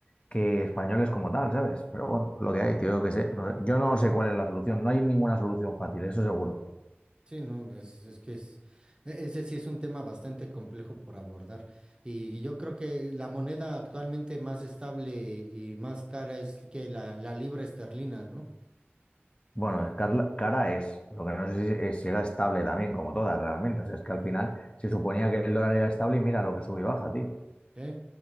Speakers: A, on the left (about 25°); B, on the right (about 25°).
A: que españoles como tal, ¿sabes? Pero bueno, lo que hay, tío, yo qué sé, no- yo no sé cuál es la solución, no hay ninguna solución fácil, eso seguro.
B: Sí, no, es, es que es, e- ese sí es un tema bastante complejo por abordar. Y yo creo que la moneda actualmente más estable y más cara es que la, la libra esterlina, ¿no?
A: Bueno, es carla- cara es, lo que no sé si, es si era estable también, como todas realmente. O sea, es que al
B: Ujú.
A: final se suponía que el dólar era estable y mira lo que sube y baja, tío.
B: ¿Eh?